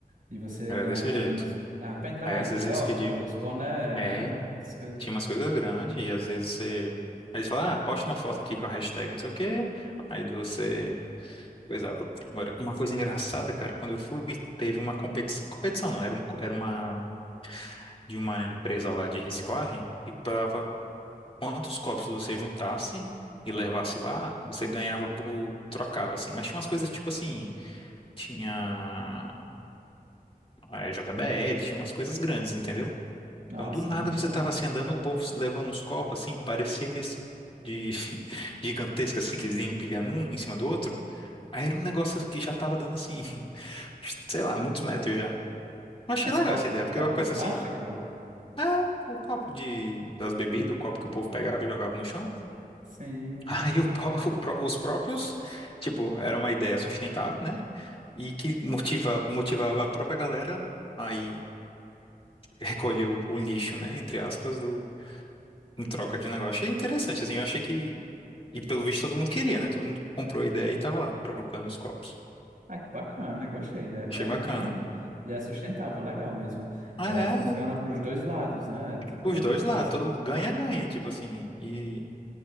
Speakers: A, on the right; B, on the left.
A: e você
B: era
A: ganhava
B: desse
A: brinde.
B: jeito.
A: Ganhava pendrive,
B: Aí às vezes eles
A: óculos,
B: pediam,
A: boné,
B: é,
A: né? Essas coisas.
B: tinha umas coisas grandes, e às vezes você. Aí eles falavam, ah, posta uma foto aqui com a hashtag não sei o quê. Aí você. Coisava. Agora, uma coisa engraçada, cara, quando eu fui, teve uma competição. Competição não, era um, co- era uma de uma empresa lá de reciclagem e pagava quantos copos você juntasse e levasse lá, você ganhava por trocava assim. Mas tinha umas coisas tipo assim, tinha a JBL, tinha umas coisas grandes, entendeu?
A: Nossa,
B: Então do nada
A: muito
B: você
A: bom.
B: tava assim andando, o povo levando uns copos assim, parecia aqueles de <laughs> gigantesca assim que eles iam empilhando um em cima do outro. Aí era um negócio que já tava dando assim, <laughs> sei lá, muitos metros já. Mas achei
A: Mas
B: legal
A: copo,
B: essa ideia, porque
A: copo
B: é uma coisa
A: de plástico?
B: assim, é o copo de, das bebidas, o copo que o povo pegava e jogava no chão,
A: Sim.
B: Aí o pró- o pró- os próprios, tipo, era uma ideia sustentável, né? E que motiva, motivava a própria galera aí recolher o, o lixo, né? Entre aspas, do, em troca de um negócio. Achei interessante, assim, eu achei que. E pelo visto todo mundo queria, né? Todo mundo comprou a ideia e tava lá trocando os copos.
A: Ah, que bacana, gostei. É bem,
B: Achei bacana.
A: bem, é sustentável, legal mesmo.
B: Ah,
A: É, funciona
B: é, e
A: para os dois lados, né? Tipo,
B: os
A: muito
B: dois lá,
A: massa.
B: todo mundo ganha, ganha, tipo assim. E,